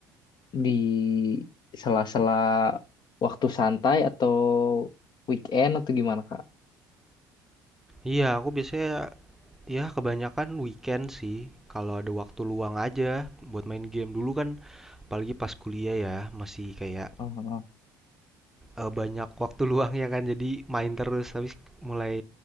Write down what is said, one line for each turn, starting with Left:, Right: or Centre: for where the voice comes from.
Left: di sela-sela waktu santai atau weekend atau gimana Kak?
Centre: Iya, aku biasanya ya kebanyakan weekend sih. Kalau ada waktu luang aja buat main game dulu kan apalagi pas kuliah ya masih kayak
Left: Oh, oh.
Centre: eh, banyak waktu <laughs> luang ya kan jadi main terus tapi mulai